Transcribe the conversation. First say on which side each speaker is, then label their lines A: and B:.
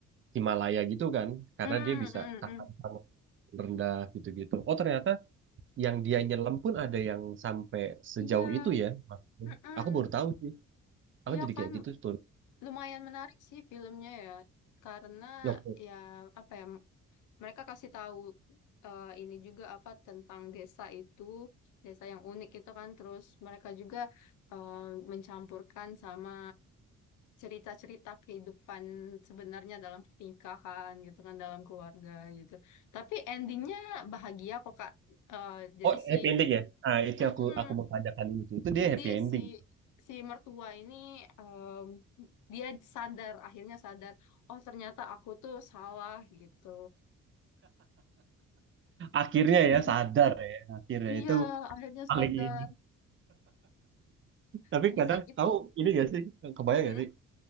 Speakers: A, on the right (about 40°); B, on the left (about 80°).
A: Himalaya gitu kan karena
B: Hmm,
A: dia bisa
B: hmm,
A: tahan
B: hmm.
A: panas rendah gitu-gitu. Oh ternyata yang dia nyelam pun ada yang sampai sejauh
B: Iya.
A: itu ya. Maksudnya.
B: Mm-mm.
A: Aku baru tahu sih. Aku
B: Iya
A: jadi
B: kan
A: kayak gitu tuh.
B: lumayan menarik sih filmnya ya. Karena
A: Oke.
B: ya apa ya mereka kasih tahu eh, ini juga apa tentang desa itu, desa yang unik itu kan terus mereka juga eh, mencampurkan sama cerita-cerita kehidupan sebenarnya dalam pernikahan gitu kan dalam keluarga gitu tapi endingnya bahagia kok Kak Eh, jadi
A: Oh
B: si
A: happy ending ya? Ah itu
B: mm-mm.
A: yang aku aku mau tanyakan itu. Itu dia
B: jadi
A: happy ending.
B: si si mertua ini em, dia sadar akhirnya sadar oh ternyata aku tuh salah gitu
A: Akhirnya
B: <laughs>
A: ya sadar ya. Akhirnya
B: iya
A: itu
B: akhirnya
A: paling
B: sadar
A: ini. Tapi
B: bisa
A: kadang
B: gitu
A: kamu ini gak sih kebayang
B: Mm-mm.
A: gak sih